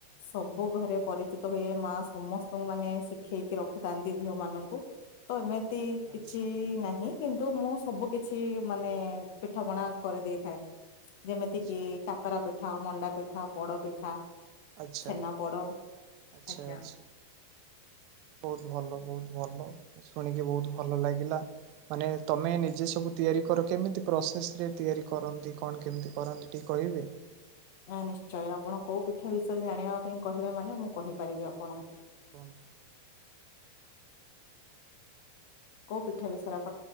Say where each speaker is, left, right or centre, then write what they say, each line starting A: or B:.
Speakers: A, on the left (about 50°); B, on the right (about 45°).
A: ସବୁ ଘରେ ପରିଚିତ ହୁଏ, ମା ସମସ୍ତଙ୍କୁ ମାନେ ଶିଖେଇକି ରଖିଥାନ୍ତି ଝିଅ ମାନଙ୍କୁ। ତ ଏମିତି
B: ଆଚ୍ଛା
A: କିଛି ନାହିଁ କିନ୍ତୁ ମୁଁ ସବୁ କିଛି ମାନେ ପିଠ ପଣା କରିଦେଇଥାଏ। ଯେମିତି
B: ଆଚ୍ଛା
A: କିି କାକରା ପିଠା, ମଣ୍ଡା ପିଠା, ପୋଡ ପିଠା,
B: ଆଚ୍ଛା
A: ଛେନା ପୋଡ
B: ଆଚ୍ଛା
A: ଆଜ୍ଞା।
B: ଆଚ୍ଛା। ବହୁତ ଭଲ ବହୁତ ଭଲ ଶୁଣିକି ବହୁତ ଭଲ ଲାଗିଲା। ମାନେ ତମେ ନିଜେ ସବୁ ତିଆରି କର କେମିତି ପ୍ରୋସେସ ରେ ତିଆରି କରନ୍ତି କଣ କେମିତି କରନ୍ତି? ଟିକେ କହିବେ?
A: ଆଁ ନିଶ୍ଚୟ ଆପଣ କୋଉ ପିଠା ବିଷୟରେ ଜାଣିବା ପାଇଁ କହିବେ ମାନେ ମୁଁ କହିପାରିବି ଆପଣଙ୍କୁ?
B: କୁହନ୍ତୁ?
A: କୋଉ ପିଠା ବିଷୟରେ ଆପ